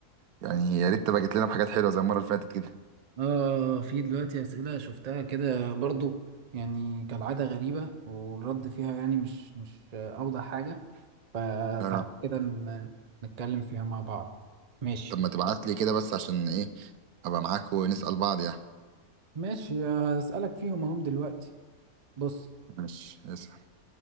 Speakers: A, on the right; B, on the right.
A: يعني يا ريت تبقى جت لنا بحاجات حلوه زي المره اللي فاتت كده
B: اه في دلوقتي اسئلة شفتها كده برضو يعني كالعادة غريبة والرد فيها يعني مش مش اوضح حاجة فتعال
A: اه
B: كده ن- نتكلم فيها مع بعض ماشي
A: طب ما تبعت لي كده بس عشان ايه ابقى معاك ونسال بعض يعني
B: ماشي هسألك فيهم اهم دلوقتي بص
A: ماشي اسأل.